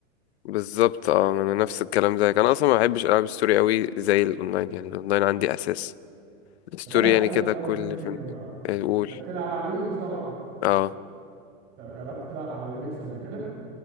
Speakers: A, on the left; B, on the right.
A: بالظبط اه ما انا نفس الكلام زيك انا اصلا ما بحبش العاب الستوري قوي زي الاونلاين يعني الاونلاين عندي اساس الستوري
B: طب انا هسالك
A: يعني كده
B: سؤال
A: كل
B: مهم جدا
A: فين وفين.
B: بقى
A: يعني قول
B: انت بتلعب على الويندوز طبعا
A: اه
B: طب جربت تلعب على لينكس قبل كده